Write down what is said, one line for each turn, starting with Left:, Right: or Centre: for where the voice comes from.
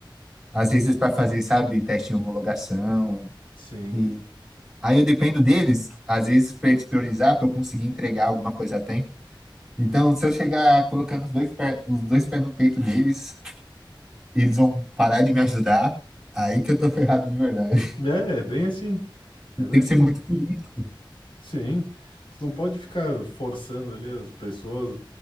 Centre: Às vezes para fazer, sabe, teste de homologação
Left: sim.
Centre: e aí eu dependo deles, às vezes para eles priorizar, para eu conseguir entregar alguma coisa a tempo. Então, se eu chegar colocando os dois pé- os dois pés no peito deles, eles vão parar de me ajudar. Aí que eu tô <laughs> ferrado de verdade.
Left: É, é bem assim. É
Centre: <laughs>
Left: bem
Centre: Tem
Left: assim.
Centre: que ser muito político.
Left: Sim. Tu não pode ficar forçando ali as pessoas,